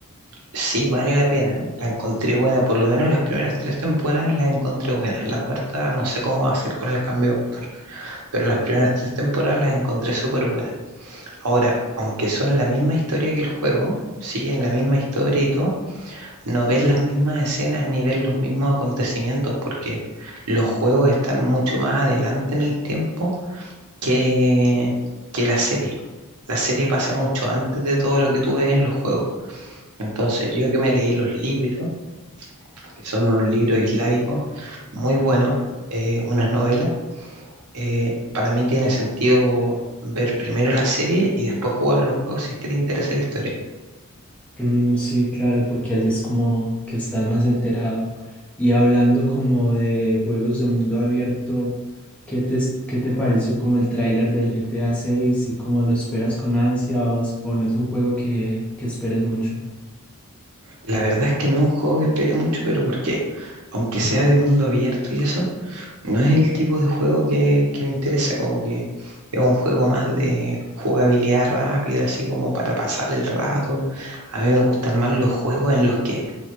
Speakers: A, on the right (about 85°); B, in the centre.
A: sí vale la pena, la encontré buena, por lo menos las primeras tres temporadas las encontré buenas, la cuarta no sé cómo va a ser con el cambio de actor, pero las primeras tres temporadas las encontré súper buenas. Ahora, aunque son la misma historia que el juego, siguen la misma historia y todo, no ves las mismas escenas ni ves los mismos acontecimientos porque los juegos están mucho más adelante en el tiempo que, que la serie. La serie pasa mucho antes de todo lo que tú ves en los juegos. Entonces, yo que me leí los libros, que son unos libros islámicos muy buenos, eh, unas novelas. Eh, para mí tiene sentido ver primero la serie y después jugar los juegos si es que te interesa la historia.
B: Mm, sí, claro, porque así es como que estás más enterado. Y hablando como de juegos de mundo abierto, ¿qué te, qué te pareció como el tráiler del G T A seis y cómo lo esperas con ansias o no es un juego que, que esperes mucho?
A: La verdad es que no es un juego que espere mucho, pero porque aunque sea de mundo abierto y eso, no es el tipo de juego que, que me interesa, como que es un juego más de jugabilidad rápida, así como para pasar el rato. A mí me gustan más los juegos en los que